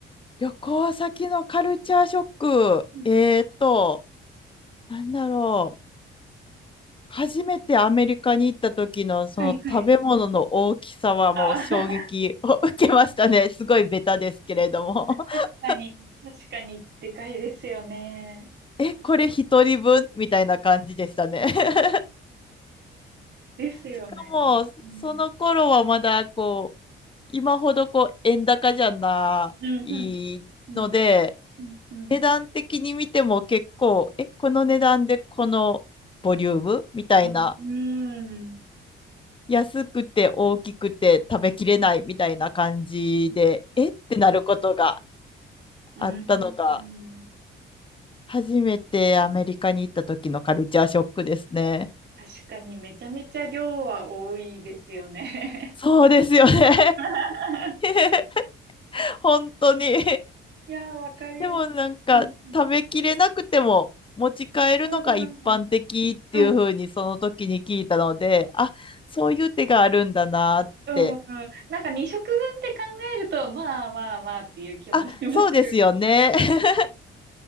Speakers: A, on the left (about 25°); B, on the right (about 65°).
A: 旅行先のカルチャーショック。
B: うんうん
A: えーと、なんだろう。初めてアメリカに行った時のその食べ物の大きさはもう衝撃を受けましたね。
B: はいはい。あー
A: <laughs> すごいベタですけれども。<laughs>
B: 確かに、確かにでかいですよね。
A: え、これ一人分みたいな感じでしたね。<laughs>
B: ですよね。
A: しかも、
B: うん。
A: その頃はまだこう、今ほどこう円高じゃないので、
B: うん、うん、うん、うん、うん。
A: 値段的に見ても結構、え、この値段でこのボリュームみたいな
B: うん、うん、
A: 安くて大きくて食べきれないみたいな感じで、えってなることが
B: うん、
A: あったのが、
B: うん。
A: 初めてアメリカに行った時のカルチャーショックですね。
B: 確かにめちゃめちゃ量は多いですよね。
A: そうですよね。
B: <laughs>
A: <laughs> 本当に。
B: いやー、わかります。
A: でもなんか食べきれなくても持ち帰るのが一般的っていう風にその時に聞いたので、
B: うん、うん、うん、うん、うん、
A: あ、そういう手があるんだなって。
B: うん、うん。なんか2食分って考えると、まあまあまあっていう気もしますよ。
A: あ、そうですよね。<laughs>